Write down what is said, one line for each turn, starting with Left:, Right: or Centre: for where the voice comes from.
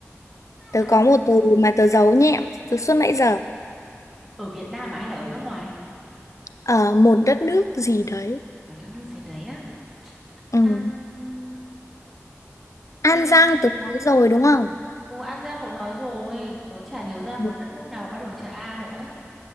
Left: Tớ
Centre: a
Left: có một từ mà tớ giấu nhẹm từ suốt nãy giờ.
Centre: ở Việt Nam à hay là ở nước ngoài
Left: Ở một đất nước gì đấy.
Centre: ở đất nước gì đấy á
Left: Ừ.
Centre: an
Left: An
Centre: a
Left: Giang tớ nói rồi đúng không?
Centre: Ồ, An Giang cậu nói rồi tớ chả nhớ ra một
Left: Ừ.
Centre: đất nước nào mà bắt đầu bằng chữ A nữa ấy